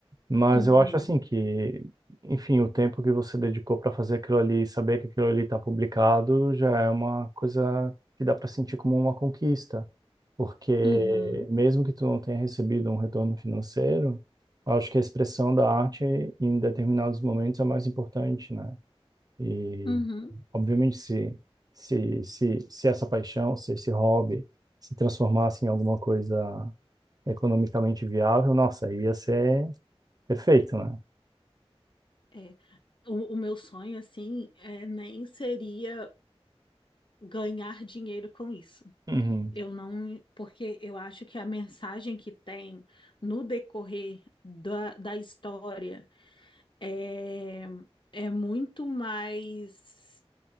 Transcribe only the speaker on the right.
Mas
eu acho assim que, enfim, o tempo que você dedicou para fazer aquilo ali, e saber que aquilo ali está publicado, já é uma coisa que dá para sentir como uma conquista, porque
mesmo que tu não tenha recebido um retorno financeiro, eu acho que a expressão da arte em determinados momentos é mais importante, né? E
obviamente se se se, se essa paixão, se esse hobby se transformasse em alguma coisa economicamente viável, nossa, ia ser perfeito, né?
Uhum,